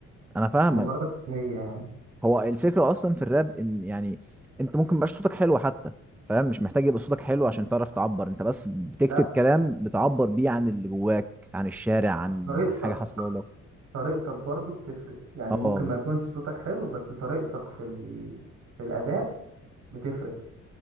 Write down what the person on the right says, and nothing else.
مش مجرد هي يعني
لا
طريقتك
طريقتك برضو بتفرق يعني
ممكن ما يكونش صوتك حلو بس طريقتك في ال... في الأداء بتفرق